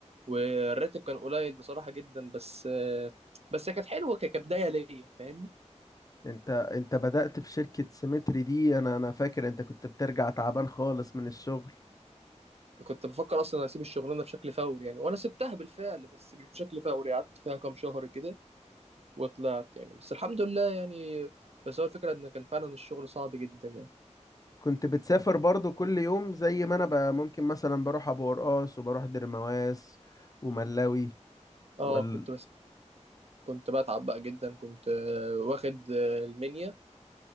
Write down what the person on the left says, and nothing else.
انت انت بدأت في شركة سيمتري دي انا انا فاكر انت كنت بترجع تعبان خالص من الشغل
كنت بتسافر برضو كل يوم زي ما انا بقى ممكن مثلا بروح ابو قرقاص وبروح درمواس وملاوي وال...